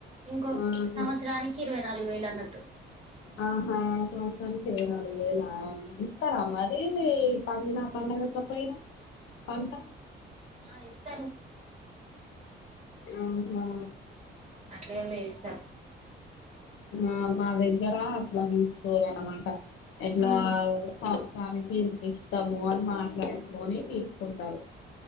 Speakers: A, on the right; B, on the left.
A: ఇంకో
B: ఆహా
A: సంవత్సరానికి ఇరవై నాలుగు వేలు అన్నట్టు
B: ఆహా సంవత్సరానికి ఇరవై నాలుగు వేల ఇస్తారా మరి పండిన పండగపోయినా పంట
A: ఆ ఇస్తారు
B: ఆహా
A: అట్లేమ్ లేదు ఇస్తారు
B: ఆ మా దగ్గర అట్లా తీస్కోరన్నమాట ఎట్లా
A: ఉమ్,
B: సంవత్సరానికి ఇంతిస్ తము అని మాట్లాడుకొని తీస్కుంటారు